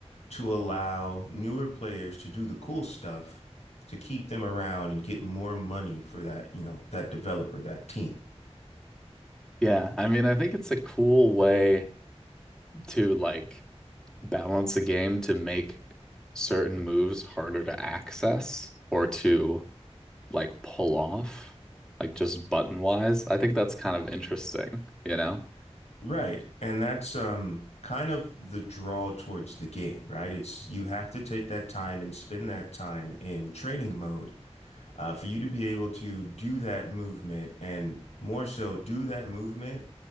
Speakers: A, on the left; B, in the centre.
A: to allow newer players to do the cool stuff to keep them around and get more money for that, you know, that developer, that team.
B: Yeah, I mean, I think it's a cool way to like balance a game to make certain moves harder to access or to like pull off, like just button wise. I think that's kind of interesting, you know?
A: Right. And that's um kind of the draw towards the game, right? It's you have to take that time and spend that time in training mode uh, for you to be able to do that movement and more so do that movement